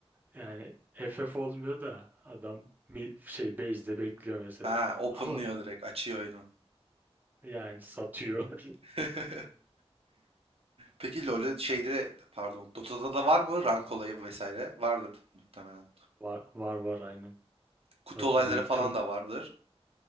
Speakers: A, on the right (about 15°); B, on the right (about 65°).
A: Yani FF olmuyor da adam mi- şey base'de bekliyor mesela.
B: Ha, openlıyor
A: Ama
B: direkt. Açıyor oyunu.
A: yani satıyor.
B: <laughs> Peki LoL'de şeyde de- pardon Dota'da da var mı rank olayı vesaire? Vardır muhtemelen.
A: <laughs> Var var var aynen.
B: Kutu
A: Zaten
B: olayları
A: Büyük
B: falan
A: tur
B: da vardır.